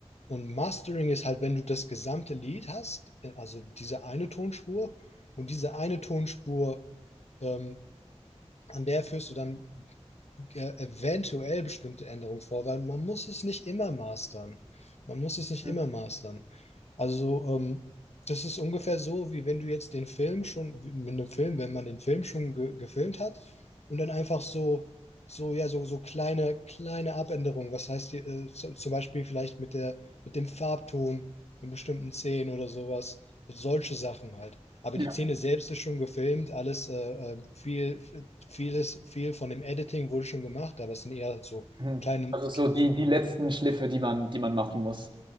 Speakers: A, on the left (about 65°); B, on the right (about 45°).
A: und Mastering ist halt, wenn du das gesamte Lied hast, äh, also diese eine Tonspur und diese eine Tonspur, ähm, an der führst du dann ja, eventuell bestimmte Änderungen vor, weil man muss es nicht immer mastern. Man muss es nicht
B: Mhm.
A: immer mastern. Also, ähm, das ist ungefähr so, wie wenn du jetzt den Film schon, wie mit einem Film, wenn man den Film schon ge gefilmt hat und dann einfach so, so, ja, so, so kleine, kleine Abänderungen, was heißt die, äh, z- zum Beispiel vielleicht mit der, mit dem Farbton in bestimmten Szenen oder sowas, solche Sachen halt. Aber
B: Ja.
A: die Szene selbst ist schon gefilmt, alles äh, äh, viel, vieles, viel von dem Editing wurde schon gemacht, aber es sind eher so
B: Mhm.
A: kleine,
B: Also so die,
A: so,
B: die letzten Schliffe, die man, die man machen muss.